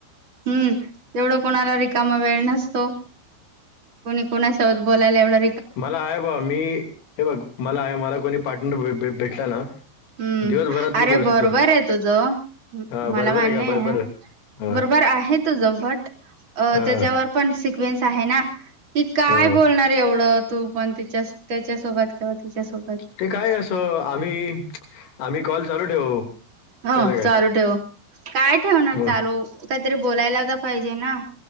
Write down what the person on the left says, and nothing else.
मला आहे बा मी हे बघ मला आहे मला कोणी पार्टनर भेटला ना
दिवसभरात मी
करू शकतो
हां
बरोबर
का बरोबर
हां
हां
हां
ते काय असं आम्ही आम्ही कॉल चालू ठेवू
त्याला काय
मग